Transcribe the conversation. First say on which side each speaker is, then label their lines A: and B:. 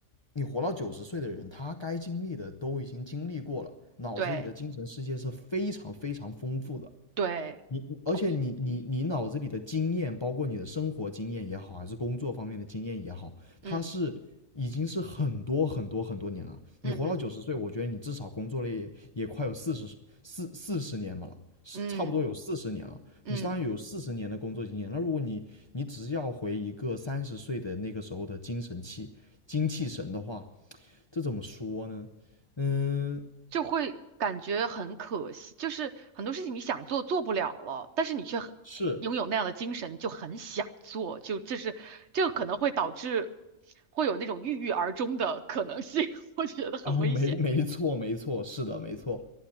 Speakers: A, on the left (about 30°); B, on the right (about 60°).
A: 你活到九十岁的人，他该经历的都已经经历过了，脑子里的精神世界是非常非常丰富的。
B: 对对，
A: 你而且你你你脑子里的经验，
B: 同意。
A: 包括你的生活经验也好，还是工作方面的经验也好，它是嗯已经是很多很多很多年了。
B: 嗯嗯嗯
A: 你活到九十岁，我觉得你至少工作了也也快有四十四四十年吧了，是差不多有四十年了。
B: 嗯嗯，
A: 你相当于有四十年的工作经验。那如果你你只是要回一个三十岁的那个时候的精神气精气神的话，这怎么说呢？嗯，
B: 就会感觉很可惜，就是很多事情你想做做不了了，但是你却很拥有那样的精神，
A: 是
B: 就很想做，就这是这个可能会导致会有那种郁郁而终的可能性，<laughs> 我觉得很危险。
A: 啊，没没错没错，是的，没错。